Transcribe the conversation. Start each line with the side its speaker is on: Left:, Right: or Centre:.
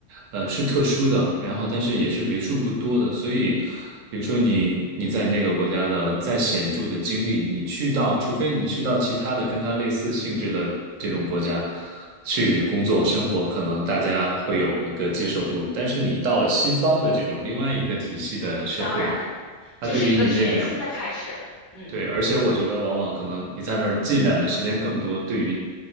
Right: 呃，是特殊的，然后但是也是为数不多的。所以，比如说你你在那个国家的再显著的经历，你去到，除非你去到其他的跟它类似性质的这种国家去工作生活，可能大家会有一个接受度。但是你到了西方的这种另外一个体系的社会，
Left: 当然了，
Right: 它对于你那两
Left: 就是一个全新的开始了。嗯。
Right: 对，而且我觉得往往可能你在那儿浸染的时间更多，对于